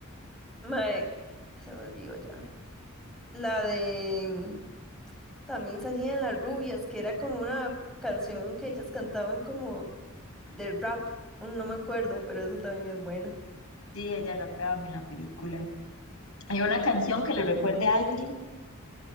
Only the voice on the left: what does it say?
Sí, ella rapeaba en la película. Hay una canción que le recuerde a alguien.